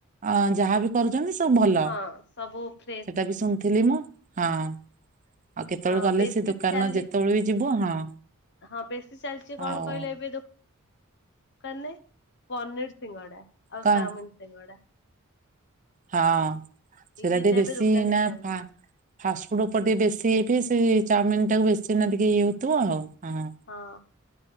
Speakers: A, on the right (about 35°); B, on the left (about 55°).
A: ଆ ଯାହାବି କରୁଛନ୍ତି ସବୁ ଭଲ।
B: ହଁ ସବୁ ଫ୍ରେ
A: ସେଇଟା ବି ଶୁଣିଥିଲି ମୁଁ ହଁ ଆଉ କେତେବେଳେ
B: ହଁ
A: ଗଲେ
B: ବେଶୀ
A: ସେ ଦୋକାନ
B: ଚାଲି
A: ଯେତେବେଳେ ବି ଯିବୁ ହଁ।
B: ହଁ ବେଶୀ ଚାଲିଛି କଣ
A: ଆଉ
B: କହିଲେ ଏବେ ଦୋ କାନ ରେ ପନିର୍ ସିଙ୍ଗଡା ଆଉ
A: କଣ
B: ଚାଉମିନ୍ ସିଙ୍ଗଡା।
A: ହଁ
B: ଏଇ
A: ସେଟା
B: ଦିଟା
A: ଟିକେ ବେଶୀ
B: ଏବେ ଦୋକାନରେ
A: ନା
B: ଚାଲିଛି।
A: ଫା ଫାଷ୍ଟ ଫୁଡ୍ ଉପରେ ଟିକେ ବେଶୀ ହେଇିଥାଏ ସେ ଚାଉମିନ୍ ଟାକୁ ବେଶୀ ଟିକେ ଇଏ ହଉଥିବ ଆଉ ହଁ।
B: ହଁ